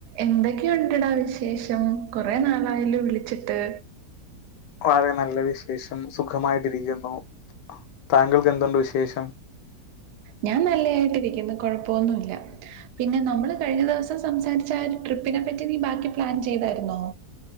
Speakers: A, on the right (about 75°); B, on the left (about 85°).
A: എന്തൊക്കെയുണ്ടടാ വിശേഷം ഉം കൊറെേ നാളായല്ലോ വിളിച്ചിട്ട്
B: വളരെ നല്ല വിശേഷം സുഖമായിട്ടിരിക്കുന്നു താങ്കൾക്ക് എന്തുണ്ട് വിശേഷം
A: ഞാൻ നല്ലയായിട്ടിരിക്കുന്ന് കൊഴപ്പവൊന്നു വില്ല പിന്നെ നമ്മള് കഴിഞ്ഞ ദിവസം സംസാരിച്ച ആ ട്രിപ്പിനെ പറ്റി നീ ബാക്കി പ്ലാൻ ചെയ്താരുന്നോ